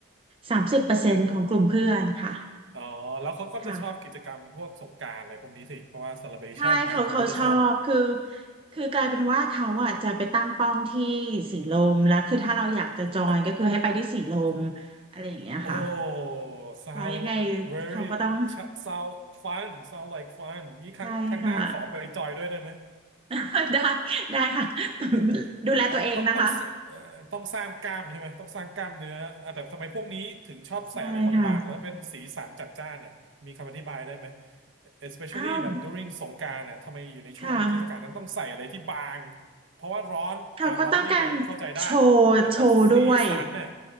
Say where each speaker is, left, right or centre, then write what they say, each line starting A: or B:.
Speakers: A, on the right; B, on the right.
A: สามสิบเปอร์เซ็นต์ของกลุ่มเพื่อนค่ะ
B: <laughs> อ๋อแล้วเขาก็จะชอบกิจกรรมพวกสงกรานต์อะไรพวกนี้สิเพราะว่า
A: ค่ะ
B: celebration
A: ใช่เขาเขาชอบคือ
B: เนอะเขาก็จะชอบ
A: คือกลายเป็นว่าเขาอ่ะจะไปตั้งป้อมที่สีลมแล้วคือถ้าเราอยากจะจอยก็คือให้ไปที่สีลม
B: <laughs>
A: อะไรอย่างเงี้ยค่ะ
B: โอ้ sound
A: เพราะยังไง
B: very
A: เขาก็ต้อง
B: cha- sound fun sound like fun งี้ครั้งครั้งหน้าขอไปจอยด้วยได้ไหม
A: ใช่ค่ะ <laughs> ได้ได้ค่ะ
B: แต่ต้องต้องต้องเอ่อต้องสร้างกล้ามใช่ไหมต้องสร้างกล้ามเนื้ออ่ะแต่ทำไมพวกนี้ถึงชอบใส่อะไรบางๆแล้วเป็นสีสันจัดจ้านน่ะมีคำอธิบายได้ไหม
A: ดูแลตัวเองนะคะใช่ค่ะ
B: especially
A: อ้าว
B: แบบ during สงกรานต์น่ะทำไมอยู่ในช่วงเทศกาลนั้นต้องใส่อะไรที่บาง
A: ค่ะ
B: เพราะว่าร้อนอ่าร้อนนี่เรายังเข้าใจได้
A: เขาก็ต้องการโชว์โชว์ด้วย
B: แต่ว่าสีสันน่ะ